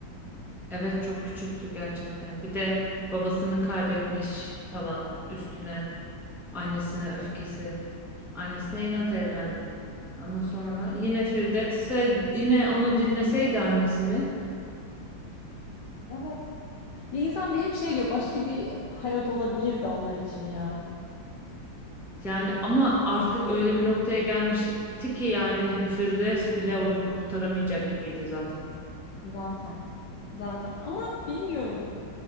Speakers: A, in the centre; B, on the left (about 70°).
A: evet çok küçüktü gerçekten. Bir de babasını kaybetmiş falan üstüne annesine öfkesi. Annesine inat evlendi. Ama sonra yine Firdevs'e yine onu dinleseydi annesini
B: Evet. Ya insan bir hep şey diyor başka bir hayat olabilir de onlar için yani.
A: yani ama artık öyle bir noktaya gelmişti ki yani hani Firdevs bile onu kurtaramayacak gibiydi zaten.
B: Zaten. Zaten ama bilmiyorum.